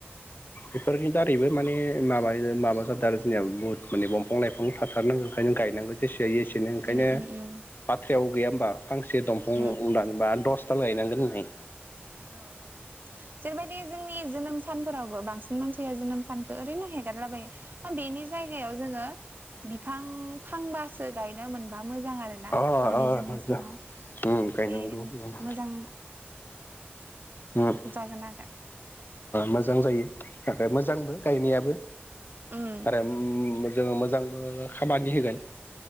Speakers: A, on the left; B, on the right.
A: बेफोरनि दारैबो माने माबा माबा जादों जोंनिया मुत माने फं लाइफां थाथारनांगौ ओंखायनो गायनांगौ जेसे जायो एसेनो ओंखायनो
B: उम उम उम
A: बाथ्रायाव गैया होमबा फांसे दंफां
B: उम
A: दानबा दसथा लायनांगोन होनाय
B: औ औ जेरैबायदि जोंनि जोनोम सानफोरावबो बांसिन मानसिया जोनोम सानखौ ओरैनो हेगारलाबायो हा बेनि जायगायाव जोङो बिफां फांबासो गायनो मोनबा मोजां आरोना
A: अ
B: गावनि
A: अ
B: जोनोम
A: मोजां
B: सानाव
A: उम गायनांगौ
B: बे
A: उम
B: मोजां
A: उम
B: जागोन आरो
A: मोजां जायो थाखाय मोजांबो गायनायाबो
B: उम
A: आरो ओम जोङो मोजांबो खामानि होगोन